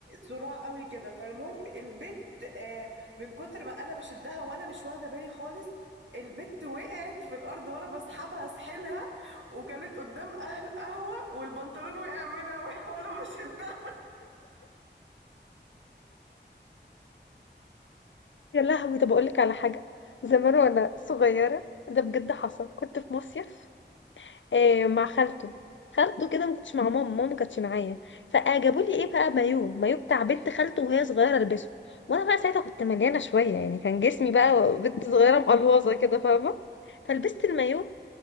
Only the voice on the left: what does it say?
يا لهوي طب اقول لك على حاجه زمان وانا صغيره ده بجد حصل كنت في مصيف آه، مع خالته خالته كده ما كنتش مع ماما ماما ما كانتش معايا فجابوا لي ايه بقى مايو مايو بتاع بنت خالته وهي صغيره البسه وانا بقى ساعتها كنت مليانه شويه يعني كان جسمي بقى بنت صغيره مقلوظه كده فاهمه فلبست المايو